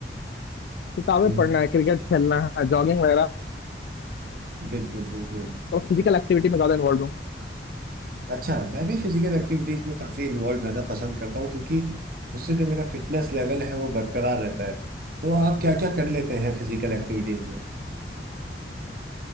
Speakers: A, on the left (about 65°); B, on the right (about 55°).
A: किताबें
B: हम्म,
A: पढ़ना है क्रिकेट खेलना है जॉगिंग वगैरह
B: बिल्कुल बिल्कुल
A: तो फिजिकल एक्टिविटी में ज्यादा इन्वॉल्व हूँ
B: अच्छा मैं भी फिजिकल एक्टिविटीज में काफी इन्वॉल्व रहना पसंद करता हूँ क्योंकि उससे जो मेरा फिटनेस लेवल है वो बरकरार रहता है तो आप क्या क्या कर लेते हैं फिजिकल एक्टिविटीज में